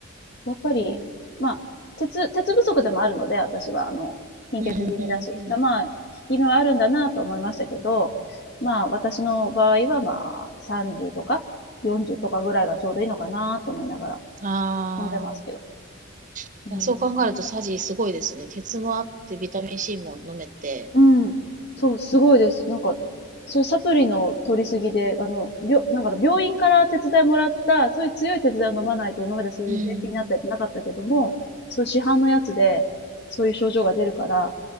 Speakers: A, on the left; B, on the right.
A: やっぱり、
B: え。
A: まあ、鉄、鉄不足でもあるので、私は、あの、貧血気味だし。
B: うんうん。
A: だまあ、効き目はあるんだなと思いましたけど、まあ、私の場合は、まあ、30とか、40とかぐらいがちょうどいいのかなと思いながら
B: ああ。
A: 飲んでますけど。
B: いや、
A: うん。
B: そう考えるとサジすごいですね。鉄もあってビタミン C も飲めて。
A: うん。そう、すごいです。なんか、そういうサプリの取りすぎで、あの、病、なんか病院から手伝いもらった、そういう強い手伝いを飲まないと今までそういう便秘になったりってなかったけども、
B: うん。
A: そういう市販のやつで、そういう症状が出るから、